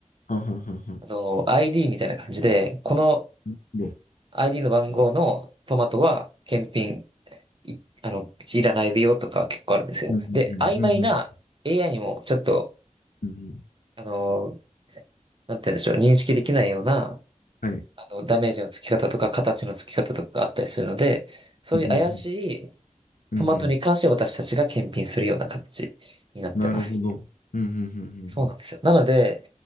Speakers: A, on the left (about 85°); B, on the right (about 40°).
A: はんはあはんはん。
B: あの、ID みたいな感じで、この
A: なるほど
B: ID の番号のトマトは検品、いあの、いらないでよとか結構あるんですよ。
A: うん
B: で、曖昧な
A: うんうん
B: AI にもちょっと、
A: うんうんうん
B: あの、なんて言うんでしょう、認識できないような、
A: はい。
B: あの、ダメージの付き方とか、形の付き方とかがあったりするので、そういう怪しい
A: うんうんうんうん
B: トマトに関して私たちが検品するような形になってます。
A: なるほど。うんうんう
B: そうなんですよ。
A: ん
B: なので、